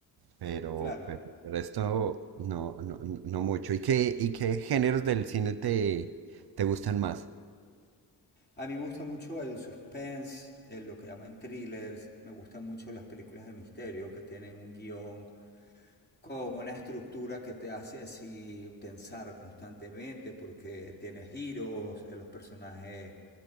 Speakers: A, on the right (about 70°); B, on the left (about 25°).
A: Pero,
B: claro.
A: pero el resto no, no, no no mucho. ¿Y qué, y qué géneros del cine te, te gustan más?
B: A mí me gusta mucho el suspense, el- lo que llaman thrillers. Me gustan mucho las películas de misterio que tienen un guión con una estructura que te hace así pensar constantemente porque tiene giros, eh, los personajes